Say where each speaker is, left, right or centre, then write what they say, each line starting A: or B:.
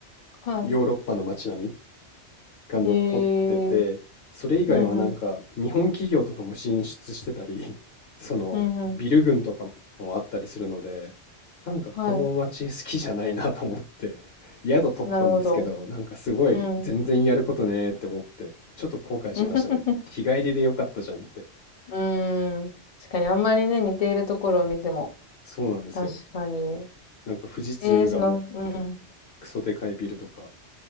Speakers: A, on the left; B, on the left.
A: は
B: ヨーロッパの街並みが残ってて、
A: い。へえ。
B: それ以外はなんか日本企業とかも進出してたり、
A: うんうん。
B: <laughs> そのビル群とかもあったりするので、
A: うんうん。
B: なんかこの街好きじゃないなと思って、
A: は
B: 宿取ったんですけど、
A: い。なるほど。
B: なんかすごい全然やることねーって思って、
A: うん。
B: ちょっと後悔しましたね。
A: <laughs>
B: 日帰りでよかったじゃんって。
A: うーん。確かにあんまりね、似ているところを見ても。
B: そうなんですよ。
A: 確かに。
B: なんか富士通が持ってる
A: ええその、うんうん。
B: クソでかいビルとか、